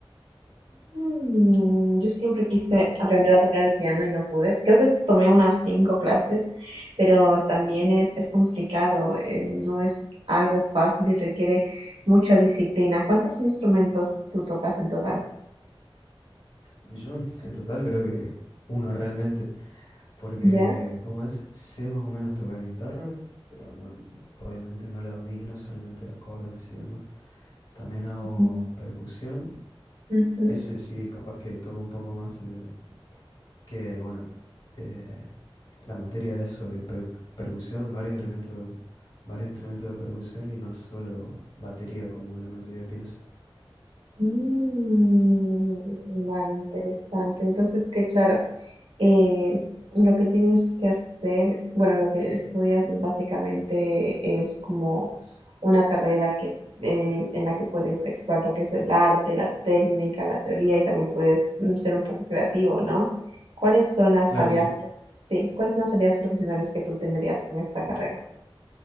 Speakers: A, on the right; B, on the left.
A: Mm, Yo siempre quise aprender a tocar el piano y no pude. Creo que s- tomé unas cinco clases, pero también es, es complicado, eh, no es algo fácil y requiere mucha disciplina. ¿Cuántos instrumentos tú tocas en total?
B: Yo <laughs> en total creo que uno realmente, porque
A: ¿Ya?
B: como es, sé más o menos tocar guitarra, pero no, obviamente no la domino, solamente acordes y demás. También hago
A: Ujú,
B: percusión,
A: ujú.
B: ese sí, capaz que toco un poco más de que, bueno, eh, la materia es sobre per- percusión, varios elementos, varios instrumentos de percusión y no solo batería como la mayoría piensa.
A: Mm, vale, interesante. Entonces, que claro. eh, lo que tienes que hacer, bueno, lo que estudias básicamente es como una carrera que, eh, en la que puedes explorar lo que es el arte, la técnica, la teoría y también puedes mm, ser un poco creativo, ¿no? ¿Cuáles son las
B: Claro,
A: salidas,
B: sí.
A: pro- sí, cuáles son las salidas profesionales que tú tendrías con esta carrera?